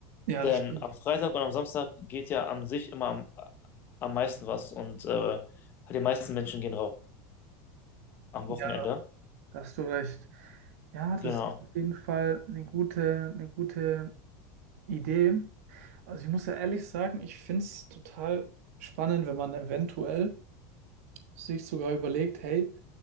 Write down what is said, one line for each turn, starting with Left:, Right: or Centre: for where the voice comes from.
Right: Ja,
Left: Denn
Right: das stimmt.
Left: am Freitag und am Samstag geht ja an sich immer am, am meisten was und äh, halt die meisten Menschen gehen raus am
Right: Ja,
Left: Wochenende.
Right: da hast du recht. Ja, das
Left: Genau.
Right: ist auf jeden Fall eine gute, eine gute Idee. Also ich muss ja ehrlich sagen, ich finde es total spannend, wenn man eventuell sich sogar überlegt, hey,